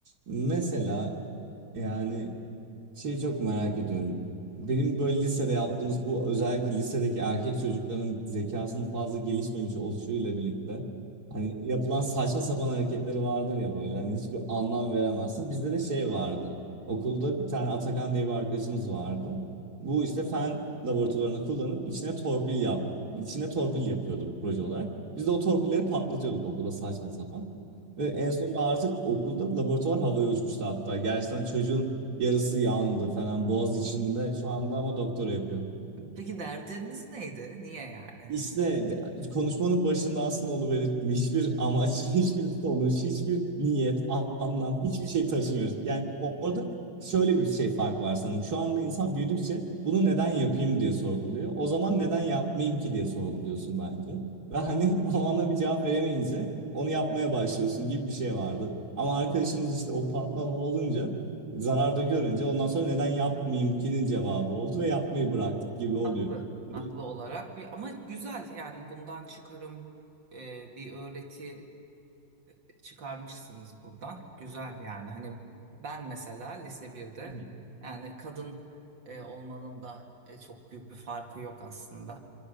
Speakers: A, on the right (about 60°); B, on the right (about 85°).
A: Mesela yani şeyi çok merak ediyorum. Benim böyle lisede yaptığımız bu özellikle lisedeki erkek çocukların zekasının fazla gelişmemiş oluşuyla birlikte hani yapılan saçma sapan hareketleri vardır ya böyle hani hiçbir anlam veremezsin. Bizde de şey vardı. Okulda bir tane Atakan diye bir arkadaşımız vardı. Bu işte fen laboratuvarını kullanıp içine torpil yap, içine torpil yapıyordu proje olarak. Biz de o torpilleri patlatıyorduk okulda saçma sapan. Ve en sonunda artık okulda laboratuvar havaya uçmuştu hatta. Gerçekten çocuğun yarısı yandı falan boğaz içinde. Şu anda ama doktora yapıyor.
B: Peki derdiniz neydi? Niye yani?
A: İşte konuşmanın başında aslında onu belirttim. Hiçbir amaç, <laughs> hiçbir sonuç, hiçbir niyet, a- anlam, hiçbir şey taşımıyor. Yani o- orada şöyle bir şey fark var sanırım. Şu anda insan büyüdükçe bunu neden yapayım diye sorguluyor. O zaman neden yapmayayım ki diye sorguluyorsun bence. Ve hani <laughs> o ana bir cevap veremeyince onu yapmaya başlıyorsun gibi bir şey vardı. Ama arkadaşımız işte o patlama olunca, zararda görünce ondan sonra neden yapmayayım ki'nin cevabı oldu ve yapmayı bıraktık gibi oluyor.
B: Haklı,
A: Böyle.
B: haklı olarak bir ama güzel yani bundan çıkarım e, bir öğreti e, çıkarmışsınız buradan. Güzel yani hani ben mesela lise birde
A: <laughs>
B: yani kadın e, olmanın da e, çok büyük bir farkı yok aslında